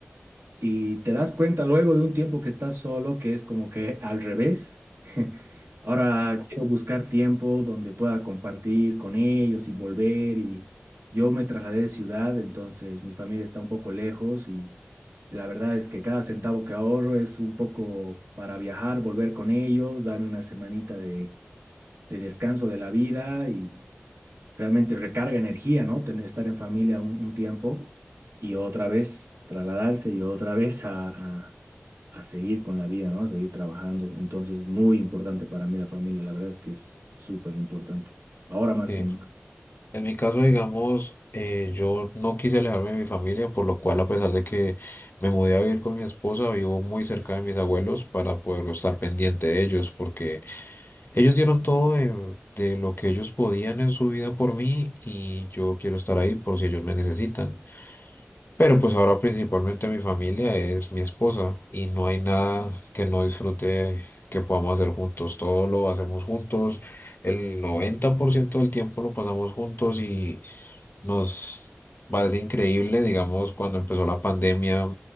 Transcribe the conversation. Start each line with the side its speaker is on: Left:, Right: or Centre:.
Right: Y te das cuenta luego de un tiempo que estás solo que es como que al revés. <laughs> Ahora quiero buscar tiempo donde pueda compartir con ellos y volver. Y yo me trasladé de ciudad, entonces mi familia está un poco lejos y la verdad es que cada centavo que ahorro es un poco para viajar, volver con ellos, darme una semanita de, de descanso de la vida y realmente recarga energía, ¿no? Ten- estar en familia un, un tiempo y otra vez trasladarse y otra vez a, a- a seguir con la vida, ¿no? A seguir trabajando. Entonces es muy importante para mí la familia, la verdad es que es súper importante, ahora más
Left: Sí.
Right: que nunca.
Left: En mi caso, digamos, eh, yo no quise alejarme de mi familia, por lo cual, a pesar de que me mudé a vivir con mi esposa, vivo muy cerca de mis abuelos para poder estar pendiente de ellos, porque ellos dieron todo de, de lo que ellos podían en su vida por mí y yo quiero estar ahí por si ellos me necesitan. Pero pues ahora principalmente mi familia es mi esposa y no hay nada que no disfrute que podamos hacer juntos. Todo lo hacemos juntos. El 90% del tiempo lo pasamos juntos y nos parece increíble, digamos, cuando empezó la pandemia.